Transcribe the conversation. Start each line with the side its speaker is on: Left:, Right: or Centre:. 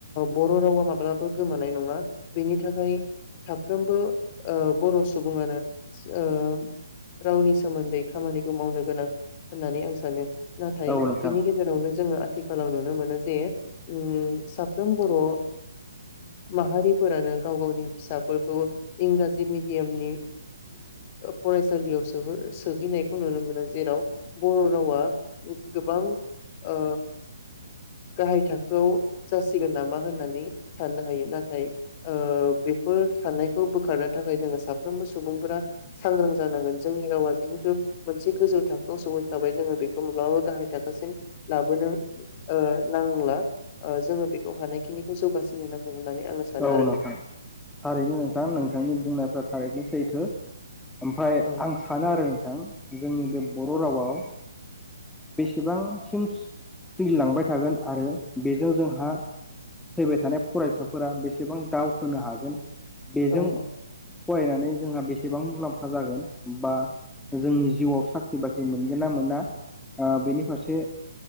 Left: बर' रावा माब्लाबो गोमानाय नङा बेनि थाखाय साफ्रोमबो ओ बर' सुबुङानो ओ रावनि सोमोन्दै खामानिखौ मावनो गोनां होननानै आं सानो। नाथाय
Centre: औ नोंथां
Left: बिनि गेजेरावनो जोङो आथिखालाव नुनो मोनो जे उम साफ्रोम बर' माहारिफोरानो गाव गावनि फिसाफोरखौ इंराजि मेडियामनि फरायसालियाव सो सोहैनायखौ नुनो मोनो जेराव बर' रावा गोबां ओ गाहाय थाखोआव जासिगोन। होननानै साननो हायो नाथाय ओ बेफोर साननायखौ बोखारनो थाखाय जोङो साफ्रोमबो सुबुंफोरा सांग्रां जानांगोन जोंनि रावा जिहेथु मोनसे गोजौ थाखोआव सहैखाबाय जोङो बेखौ माब्लाबाबो गाहाय थाखोसिम लाबोनो ओ नांला ओ जोङो बे हानायखिनिखौ जौगासिनो नांगौ होननानै आङो सानो
Centre: औ
Left: आरो
Centre: नोंथां थारैनो नोंथां नोंथांनि बुंनायफ्राथ थारैनो सैथो। ओमफ्राय
Left: औ
Centre: आं सानो आरो नोंथां जोंनि बे बर'
Left: औ
Centre: रावआव बेसेबांसिम सोलिलांबाय थागोन आरो बेजों जोंहा फैबाय थानाय फरायसाफोरा बेसेबां दावखोनो हागोन। बेजों
Left: औ औ
Centre: फरायनानै जोंहा बेसेबां मुलाम्फा जागोन बा जोंनि जिउआव साख्रि बाख्रि मोनगोन ना मोना। ओ बेनि फारसे